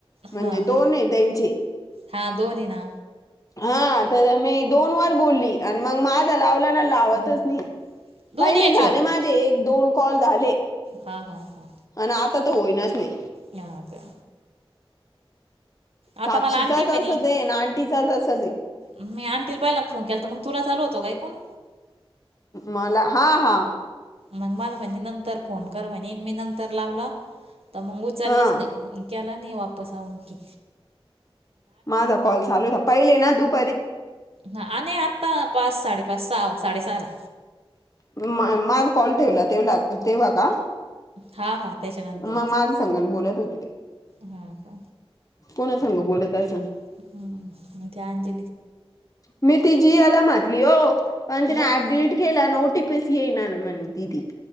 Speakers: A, on the left (about 35°); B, on the right (about 85°).
A: म्हणजे
B: हा
A: दोन
B: का
A: त्यांचे
B: हा दोन्ही ना
A: हा तर मी दोन वर बोलली आणि मग माझ लावल्या ना लावतच
B: हा.
A: नाही
B: दोन्ही
A: पहिले
B: याच्यावर
A: झाले माझे एक दोन कॉल झाले
B: हा हा हा
A: आणि आता तर होईनाच नाही
B: या का आता
A: साक्षीचाच
B: मला आणते म्हणे
A: अस देन आंटीचाच अस देन
B: मी आणतील बाईला फोन केला तर मग तुला चालू होतो काय कोण
A: मला हा हा
B: मग मला म्ह नंतर फोन कर म्हणे मी नंतर लावलं तर मग उचललाच
A: हा
B: नाही केला नाही वापस आवन की
A: माझा कॉल चालूता पहिले ना दुप.
B: ह आणि आता पाच साडेपाच सहा साडेसहा ला.
A: म माझ कॉल ठेवला तेव तेव्हा का.
B: हा हा त्याच्यानंतरच
A: मग माझ सांग बोलत होती ते
B: हा का
A: कोणा सांग बोलतय सांग.
B: हम्म म.
A: मी ति जी याला म्हटली हो पण तिने
B: मग
A: ऍप डिलीट केलं ओटीी. बसीय ना मन दीदी.